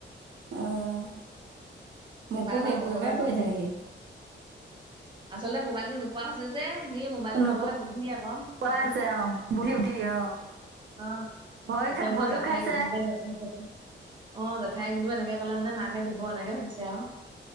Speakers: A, on the right (about 65°); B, on the right (about 25°).
A: অ'।
B: কিবা
A: মোকো
B: এটা
A: সেইবোৰকে
B: কবলৈ মন
A: কৰি থাকে
B: গৈছে
A: সি।
B: আচলতে মোবাইলটো নোপোৱা হৈছে যে সি মোবাইলটো
A: নোপোৱা
B: ল'বলৈ বুদ্ধি আকৌ সেবোৰ।
A: হৈছে অঁ বুদ্ধি উঠি অঁ
B: অ',
A: ভয়
B: তেতিয়া
A: খা ভয়ো
B: মই জেঠাই
A: খাইছে
B: এনেকেন <unintelligible> অ', জেঠাইক বোলো এনেকে ক'লে মানে মাকে দিব এনেকে ভাবিছে আৰু।